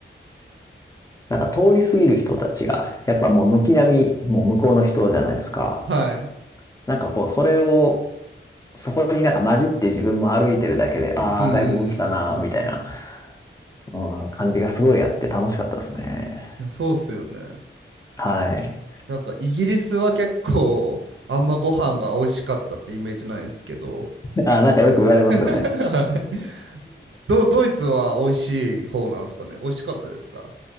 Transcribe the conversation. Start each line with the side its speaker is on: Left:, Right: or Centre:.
Left: なんか通り過ぎる人たちが、やっぱもう軒並み、もう向こうの人じゃないですか。
Right: いはい
Left: なんかこう、それを、そこになんか混じって自分も歩いてるだけで、ああ、
Right: うんうんうんうんうん
Left: 外国来たなー、みたいな、うん、感じがすごいあって楽しかったですね。
Right: いやそうっすよね
Left: はい。
Right: なんかイギリスは結構あんまご飯が美味しかったってイメージないんですけど
Left: あなんかよく言われますよね。
Right: <laughs> はいどドイツは美味しい方なんですかね美味しかったですか